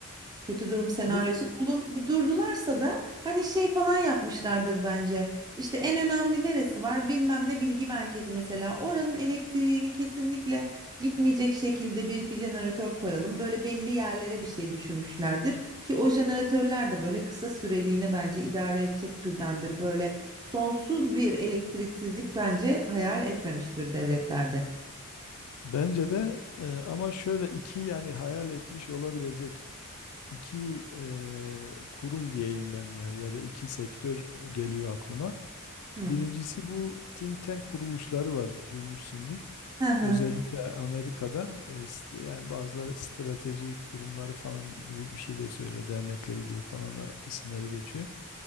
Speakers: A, on the right; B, on the left.
A: Kötü durum senaryosu
B: Bu
A: bulun, bu- durdularsa da hani şey falan yapmışlardır bence. İşte en önemli neresi var bilmem ne bilgi merkezi mesela. Oranın elektriğini kesinlikle gitmeyecek şekilde bir iki jeneratör koyalım. Böyle belli yerlere bir şey düşünmüşlerdir. Ki o jeneratörler de böyle kısa süreliğine bence idare edecek türdendir. Böyle sonsuz bir elektriksizlik bence hayal etmemiştir devletlerde.
B: bence de e, ama şöyle iki yani hayal etmiş olabilecek iki e, kurum diyeyim ben ya ya da iki sektör geliyor aklıma.
A: Hı.
B: Birincisi bu think tank kuruluşları var duymuşsundur.
A: Hı hı.
B: Özellikle Amerika'da e, st- yani bazıları strateji kurumları falan gibi bir şey de söylüyor. Dernekleri gibi falan da isimleri geçiyor.